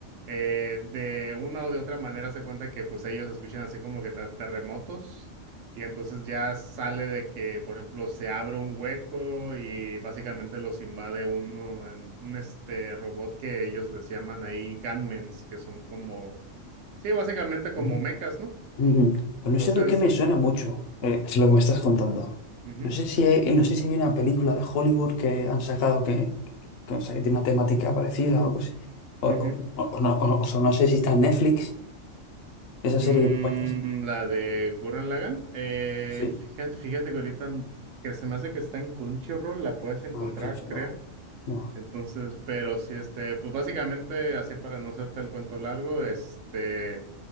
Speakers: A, on the right; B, on the left.
A: eh, de una o de otra manera se cuenta que pues ellos escuchan así como que te- terremotos y entonces ya sale de que, por ejemplo, se abre un hueco y básicamente los invade uno, en- un este robot que ellos les llaman ahí gunmen's que son como, sí, básicamente como
B: Ujú.
A: mechas, ¿no?
B: Ujú. Pues no
A: Entonces,
B: sé por qué me suena mucho eh, es lo que me estás contando.
A: ujú,
B: No sé si hay, no sé si hay una película de Hollywood que han sacado que, que, o sea, que tiene una temática parecida o algo así. O,
A: ujú.
B: o- o- o no, o- o sea, no sé si está en Netflix, esa
A: Mm,
B: serie que me cuentas.
A: la de Gurren Lagann. Eh,
B: Sí.
A: fíjate, fíjate que ahorita n- que se me hace que está en Crunchyroll, la puedes encontrar,
B: Ah, cancelado.
A: creo.
B: No.
A: Entonces, pero sí, este, pues básicamente, así para no hacerte el cuento largo, este